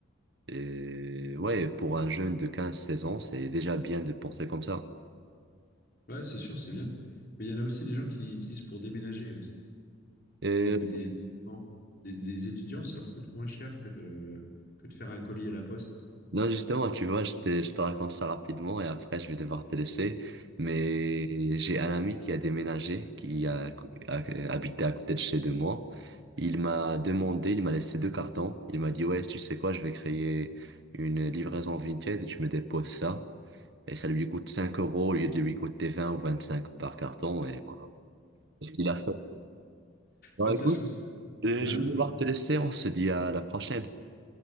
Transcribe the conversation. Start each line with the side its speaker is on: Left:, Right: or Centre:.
Right: Et ouais, pour un jeune de 15-16 ans, c'est déjà bien de penser comme ça.
Left: Ouais, c'est sûr, c'est bien. Mais il y en a aussi des gens qui utilisent pour déménager aussi.
Right: Et
Left: Des, des, non, des, des étudiants, ça leur coûte moins cher que de, que de faire un colis à la poste.
Right: Non, justement, tu vois, je te, je te raconte ça rapidement et après, je vais devoir te laisser. Mais j'ai un ami qui a déménagé, qui a, a- habité à côté de chez de moi. Il m'a demandé, il m'a laissé deux cartons. Il m'a dit, ouais, tu sais quoi, je vais créer une livraison Vinted et tu me déposes ça. Et ça lui coûte 5 euros au lieu de lui coûter 20 ou cinq par carton. Et voilà. C'est ce qu'il a fait. Bon,
Left: Ouais, ça,
Right: écoute,
Left: je trouve ça
Right: euh,
Left: malin,
Right: je vais
Left: quoi.
Right: devoir te laisser. On se dit à la prochaine.